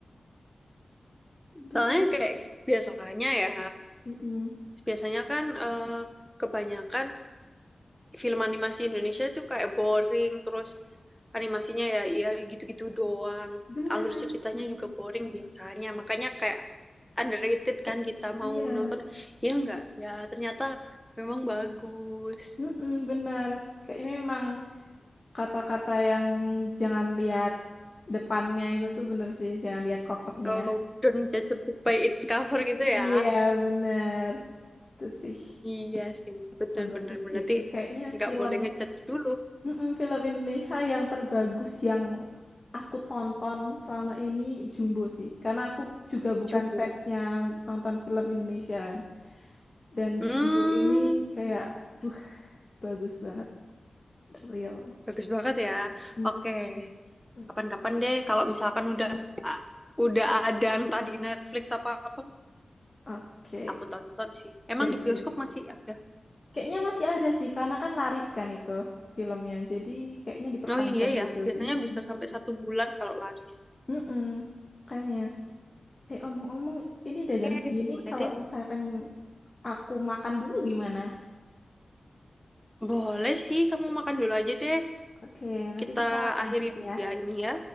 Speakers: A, on the left; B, in the centre.
A: Bener-bener.
B: Soalnya kayak biasanya ya,
A: Mm-mm.
B: biasanya kan eh, kebanyakan film animasi Indonesia itu kayak boring, terus animasinya ya ya gitu-gitu doang.
A: bener
B: Alur ceritanya juga boring biasanya. Makanya kayak underrated kan kita
A: Iya.
B: mau nonton ya enggak ya ternyata memang bagus.
A: Mm-mm, bener kayaknya memang kata-kata yang jangan lihat depannya itu tuh bener sih jangan lihat covernya
B: Oh, don't judge a book by its cover gitu
A: <laughs>
B: ya.
A: iya bener itu sih
B: Iya sih, benar-benar
A: sebagus
B: berarti
A: itu kayaknya
B: nggak
A: film
B: boleh ngecat dulu,
A: Mm-mm, film Indonesia yang terbagus yang aku tonton selama ini Jumbo sih. Karena aku juga bukan
B: jumbo.
A: fansnya nonton film Indonesia kan. Dan
B: Hmm,
A: Jumbo ini kayak, buh, bagus banget. Real.
B: bagus banget ya.
A: Mm-mm.
B: Oke,
A: Oke.
B: kapan-kapan deh kalau misalkan udah ah, udah ada entah di Netflix apa-apa,
A: Oke.
B: aku tonton sih. Emang
A: Jadi,
B: di bioskop
A: Lisya.
B: masih ada?
A: Kayaknya masih ada sih, karena kan laris kan itu filmnya. Jadi kayaknya diperpanjang
B: Oh iya ya,
A: gitu
B: biasanya
A: sih. Mm-mm.
B: bisa sampai satu bulan kalau laris.
A: Mm-mm. Kayaknya. Eh, omong-omong, ini udah jam
B: Oke,
A: segini.
B: boleh
A: Kalau
B: deh.
A: misalkan Aku makan dulu gimana?
B: Boleh sih, kamu makan dulu aja deh.
A: Oke, nanti
B: Kita
A: kita lanjut
B: akhiri dulu
A: ya.
B: ya ini ya.